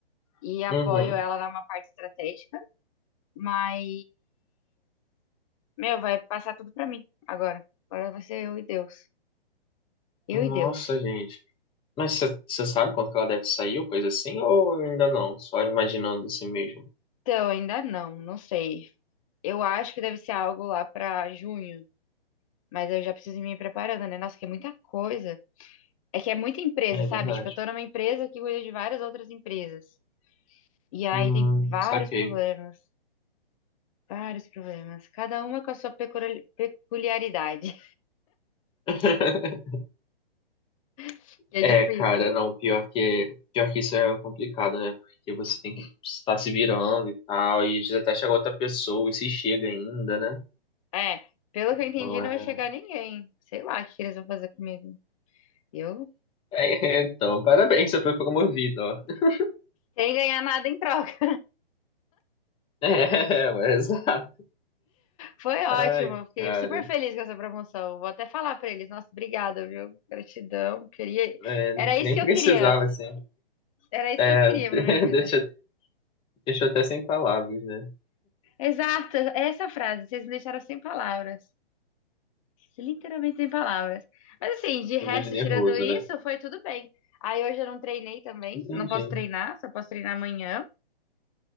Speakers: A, on the left; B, on the left.
A: e apoio
B: uhum.
A: ela na uma parte estratégica, mas, meu, vai passar tudo pra mim agora. Agora vai ser eu e Deus. Eu
B: Nossa,
A: e Deus.
B: gente. Mas você sabe quando que ela deve sair ou coisa assim? Ou ainda não? Só imaginando assim mesmo.
A: Então, ainda não, não sei. Eu acho que deve ser algo lá pra junho, mas eu já preciso ir me preparando, né? Nossa, que é muita coisa. É que é muita empresa,
B: É
A: sabe?
B: verdade.
A: Tipo, eu tô numa empresa que cuida de várias outras empresas. E aí
B: Hum,
A: tem vários
B: saquei.
A: problemas, vários problemas. Cada uma com a sua peculi- peculiaridade,
B: <laughs>
A: <laughs> que é
B: É,
A: difícil.
B: cara, não, pior que, pior que isso é complicado, né? Porque você tem que estar se virando e tal, e às vezes até chegar outra pessoa e se chega ainda, né?
A: É, pelo que eu entendi,
B: Então,
A: não
B: é...
A: vai chegar ninguém. Sei lá o que que eles vão fazer comigo. Eu,
B: é, é, então, parabéns, você foi promovido, ó. <laughs>
A: sem ganhar nada em troca.
B: É, ué, exato
A: Foi ótimo,
B: ai,
A: eu fiquei
B: cara,
A: super feliz com essa promoção. Vou até falar pra eles, nossa, obrigada, viu? Gratidão. Queria,
B: é,
A: era isso
B: nem
A: que
B: precisava,
A: eu queria.
B: assim.
A: Era isso
B: É,
A: que eu queria pra
B: <laughs>
A: minha vida.
B: deixa, deixa eu até sem palavras, né?
A: Exato, essa frase, vocês me deixaram sem palavras. Literalmente sem palavras. Mas assim, de resto,
B: Indo de nervoso,
A: tirando isso,
B: né?
A: foi tudo bem. Aí hoje eu não treinei também,
B: Entendi.
A: não posso treinar, só posso treinar amanhã.